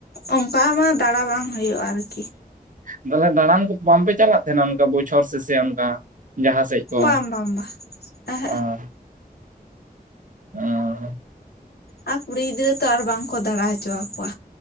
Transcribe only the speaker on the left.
ᱚᱱᱠᱟ ᱢᱟ ᱫᱟᱸᱬᱟ ᱵᱟᱝ ᱦᱩᱭᱩᱜᱼᱟ ᱟᱨᱠᱤ
ᱵᱟᱝ ᱵᱟᱝ ᱵᱟᱝ ᱦᱮᱸ
ᱟᱨ ᱠᱩᱲᱤ ᱜᱤᱫᱽᱨᱟᱹ ᱛᱚ ᱟᱨ ᱵᱟᱝ ᱠᱚ ᱫᱟᱸᱬᱟ ᱦᱚᱪᱚ ᱟᱠᱚᱣᱟ